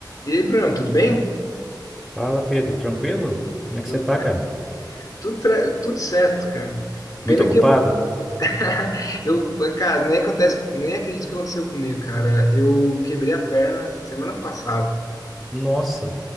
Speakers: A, on the left (about 50°); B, in the centre.
A: E aí, Bruno, tudo bem?
B: Fala, Pedro, tranquilo? Como é
A: Tudo,
B: que você tá,
A: tra-
B: cara?
A: tudo, tra- tudo certo, cara.
B: Muito
A: Pena
B: ocupado?
A: que eu, <laughs> eu, cara, nem acontece, nem acredito que aconteceu comigo, cara. Eu quebrei a perna semana passada.
B: Nossa,